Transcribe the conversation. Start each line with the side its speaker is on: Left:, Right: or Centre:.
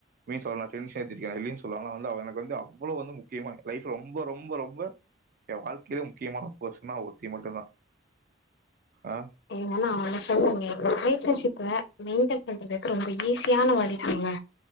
Right: மீன் சொல்ல டென்த்தக்க <unintelligible> இல்லைன்னு சொல்லல ஆனா வந்து அவ எனக்கு வந்து அவ்ளோ வந்து முக்கியமா லைப்ல வந்து ரொம்ப ரொம்ப ரொம்ப என் வாழ்க்கையிலே முக்கியமான பர்சன்னா அவ ஒருத்தி மட்டுதா ஆ
Left: ஏனா ஒன்னு சொல்றங்க ரிலேஷன்ஷிப்ல மெயின்டென் பண்றதுக்கு ரொம்ப ஈஸியான வழி இருக்குதுங்க